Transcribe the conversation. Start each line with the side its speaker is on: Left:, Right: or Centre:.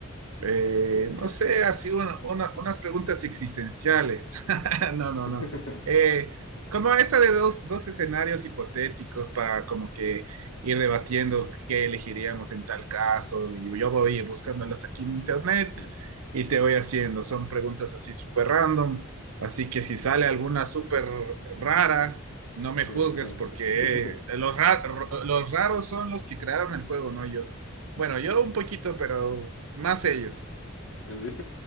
Right: Eh,
Left: o, o qué,
Right: no
Left: qué hacemos.
Right: sé, así una-
Left: Ujú.
Right: una- unas preguntas existenciales. <laughs> No, no,
Left: <laughs>
Right: no. Eh, como esa de dos, dos escenarios hipotéticos para como que ir debatiendo qué elegiríamos en tal caso. Y yo voy buscándolas aquí en internet
Left: Ujú.
Right: y te voy haciendo. Son preguntas así súper random. Así que si sale alguna súper rara, no me
Left: Sí,
Right: juzgues
Left: sí, sí.
Right: porque
Left: <laughs>
Right: eh, los, ra- los raros son los que crearon el juego, no yo. Bueno, yo un poquito, pero más ellos.
Left: Así.